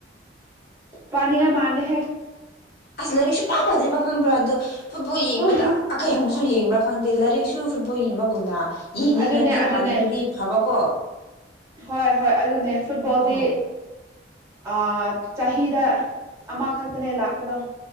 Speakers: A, on the right; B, on the left.
A: ꯄꯅꯤꯡꯉꯏ ꯃꯥꯟꯗꯦ
B: ꯑꯁ ꯂꯥꯏꯔꯤꯛ ꯁꯨꯄꯥ ꯄꯗꯦꯕ ꯈꯪꯕ꯭ꯔꯥ ꯑꯗꯨ ꯐꯨꯠꯕꯣꯜ ꯌꯦꯡꯕꯗ
A: ꯑꯣ
B: ꯑꯃꯛꯁꯨ ꯌꯦꯡꯕ꯭ꯔꯥ ꯈꯪꯗꯦ ꯂꯥꯏꯔꯤꯛꯁꯨ ꯐꯨꯠꯕꯣꯜ ꯌꯦꯡꯕꯒꯨꯝꯅ ꯌꯦꯡꯅꯤꯡꯉꯗꯤ
A: ꯑꯗꯨꯅꯦ ꯑꯗꯨꯅꯦ
B: ꯄꯥꯅꯤꯡꯉꯗꯤ ꯐꯕꯥ ꯀꯣ
A: ꯍꯣꯏ ꯍꯣꯏ ꯑꯗꯨꯅꯦ ꯐꯨꯠꯕꯣꯜꯗꯤ
B: ꯎꯝ
A: ꯑ ꯆꯍꯤꯗ ꯑꯃꯈꯛꯇꯅꯦ ꯂꯥꯛꯄꯗꯣ